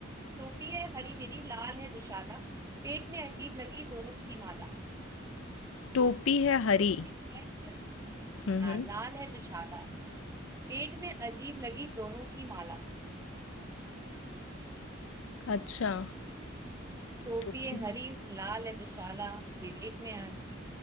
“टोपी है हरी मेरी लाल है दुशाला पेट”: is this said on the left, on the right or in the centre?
Right